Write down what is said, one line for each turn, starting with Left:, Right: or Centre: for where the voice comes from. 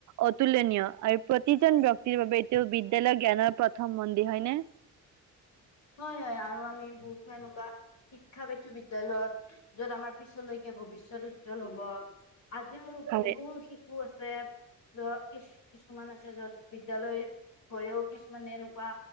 Right: অতুলনীয় আৰু প্ৰতিজন ব্যক্তিৰ বাবে এইটো বিদ্যালয় জ্ঞানৰ প্ৰথম মন্দিৰ হয়নে
Left: হয় হয় আৰু আমি বহুতো এনেকুৱা শিক্ষা পাইছো বিদ্যালয়ত যত আমাৰ পিছলৈকে ভৱিষ্যত উজ্জ্বল হব আজি মোৰ
Right: হয়
Left: পুৰু ষি আছে যত কিছ কিছুমান আছে য'ত বিদ্যালয় গৈও কিছুমানে এনেকুৱা